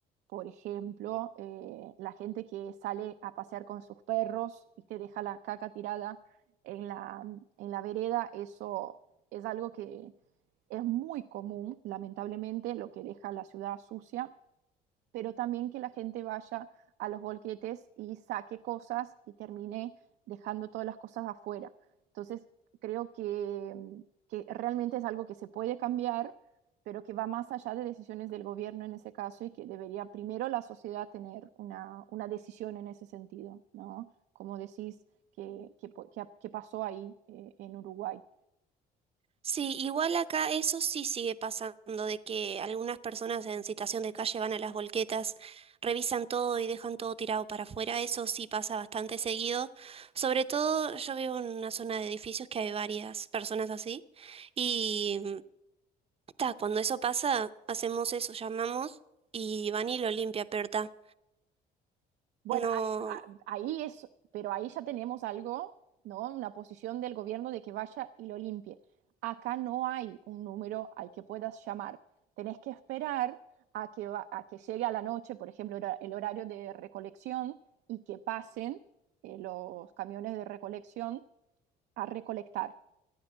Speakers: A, on the right; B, on the right.
A: por ejemplo, eh, la gente que sale a pasear con sus perros y te deja la caca tirada en la, en la vereda, eso es algo que es muy común, lamentablemente, lo que deja la ciudad sucia pero también que la gente vaya a los bolquetes y saque cosas y termine dejando todas las cosas afuera. Entonces, creo que, que realmente es algo que se puede cambiar, pero que va más allá de decisiones del gobierno en ese caso y que debería primero la sociedad tener una, una decisión en ese sentido, ¿no? Como decís, que, que, que que pasó ahí eh, en Uruguay.
B: Sí, igual acá eso sí sigue pasando, de que algunas personas en situación de calle van a las volquetas, revisan todo y dejan todo tirado para afuera, eso sí pasa bastante seguido. Sobre todo yo vivo en una zona de edificios que hay varias personas así, y Ta, cuando eso pasa, hacemos eso, llamamos y van y lo limpia, pero ta,
A: Bueno,
B: no,
A: ahí, ah, ahí es, pero ahí ya tenemos algo, ¿no? Una posición del gobierno de que vaya y lo limpie. Acá no hay un número al que puedas llamar. Tenés que esperar a que, va- a que llegue a la noche, por ejemplo, hora- el horario de recolección y que pasen eh, los camiones de recolección a recolectar.